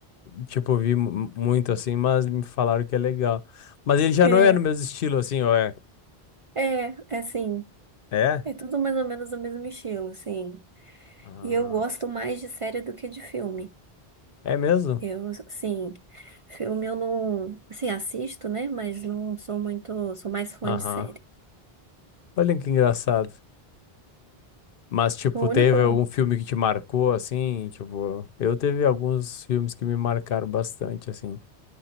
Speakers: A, on the left; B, on the right.
A: tipo, vi mu- muito, assim, mas me falaram que é legal. Mas ele já
B: É,
A: não é no mesmo estilo, assim, ou é?
B: é, é assim,
A: É?
B: é tudo mais ou menos do mesmo estilo, assim.
A: Ah,
B: E eu gosto mais de série do que de filme.
A: é mesmo?
B: Eu, sim, filme eu não, assim, assisto, né? Mas não sou muito, sou mais fã
A: Aham.
B: de série.
A: Olha que engraçado. Mas, tipo,
B: O
A: teve
B: único,
A: algum filme que te marcou, assim? Tipo, eu teve alguns filmes que me marcaram bastante, assim.